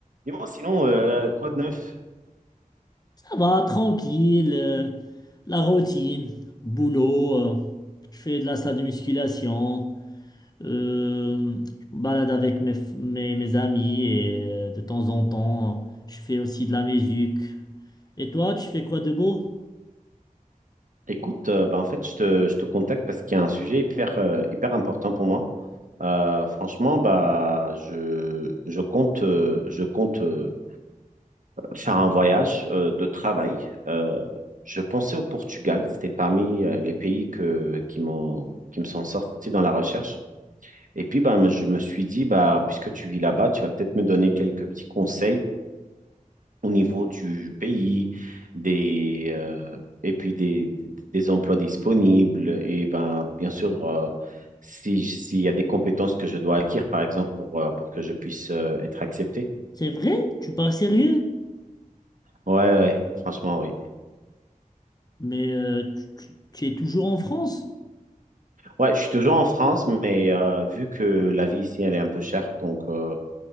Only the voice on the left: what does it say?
Ça va, tranquille, euh, la routine, boulot, euh, je fais de la salle de musculation, euh, je me balade avec mes, f- mes, mes amis et euh, de temps en temps, je fais aussi de la musique. Et toi, tu fais quoi de beau?
C'est vrai, tu parles sérieux,
mais euh, tu, tu- tu es toujours en France?